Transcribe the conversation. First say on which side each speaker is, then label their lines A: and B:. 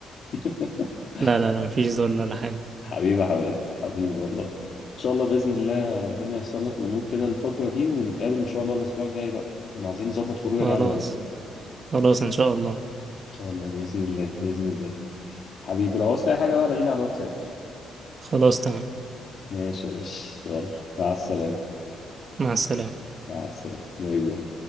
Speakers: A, on the left; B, on the right.
A: <laughs>
B: لا لا لا مفيش ذل ولا حاجة
A: حبيبي يا حماد حبيبي والله ان شاء الله باذن الله ربنا ييسر لك الامور كده الفتره دي ونتقابل ان شاء الله الاسبوع الجاي بقى إحنا عايزين نظبط خروجه
B: خلاص
A: جامده بقى ان
B: خلاص إن شاء الله
A: شاء الله باذن الله باذن الله حبيبي لو عاوزت اي حاجه بقى لغيني على الواتساب
B: خلاص تمام
A: ماشي يا باشا يلا مع السلامه
B: مع السلامة
A: مع السلامه باي باي